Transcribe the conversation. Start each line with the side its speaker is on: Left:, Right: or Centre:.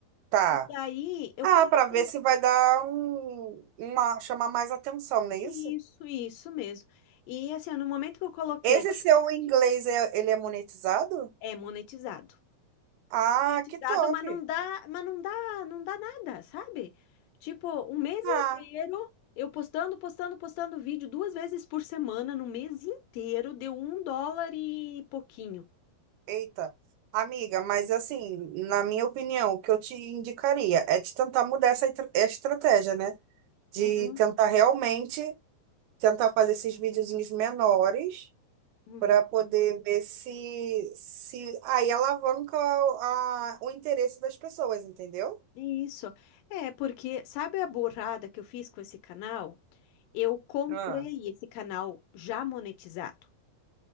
Right: tá.
Left: E daí eu
Right: Ah,
Left: comecei.
Right: para ver se vai dar um, uma, chamar mais atenção, não é
Left: Isso,
Right: isso?
Left: isso mesmo. E assim, no momento que eu coloquei,
Right: Esse seu inglês, é- ele é monetizado?
Left: é monetizado.
Right: Ah,
Left: É monetizado,
Right: que top.
Left: mas não dá, mas não dá, não dá nada, sabe? Tipo, um mês
Right: Ah,
Left: inteiro eu postando, postando, postando vídeo duas vezes por semana, no mês inteiro, deu um dólar e pouquinho.
Right: eita. Amiga, mas assim, na minha opinião, o que eu te indicaria é de tentar mudar essa estra- estratégia, né? De
Left: Uhum,
Right: tentar realmente tentar fazer esses videozinhos menores
Left: uhum.
Right: para poder ver se, se aí alavanca a- o interesse das pessoas, entendeu?
Left: Isso. É, porque sabe a burrada que eu fiz com esse canal? Eu comprei
Right: Ah.
Left: esse canal já monetizado.